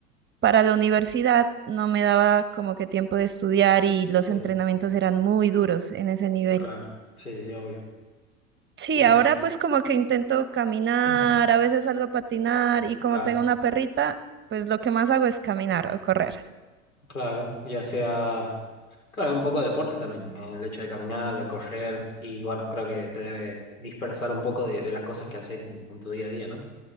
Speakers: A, on the right; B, on the left.
A: para la universidad no me daba como que tiempo de estudiar y los
B: Sí,
A: entrenamientos eran muy duros en ese nivel.
B: claro, sí, sí, obvio.
A: Sí,
B: Y
A: ahora pues como que intento caminar,
B: <clears throat>
A: a veces salgo a patinar y como
B: claro,
A: tengo una perrita, pues lo que más hago es caminar o correr.
B: claro, ya sea, claro, un poco de deporte también, eh, el hecho de caminar, de correr, y bueno, creo que te debe dispersar un poco de, de las cosas que haces en, en tu día a día, ¿no?